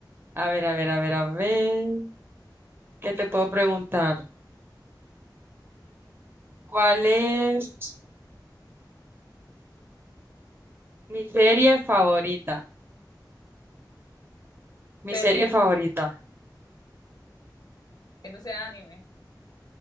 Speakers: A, on the right; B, on the left.
A: A ver, a ver, a ver, a ver. ¿Qué te puedo preguntar? ¿Cuál es mi serie favorita? Mi
B: Serie,
A: serie favorita.
B: que no sea anime.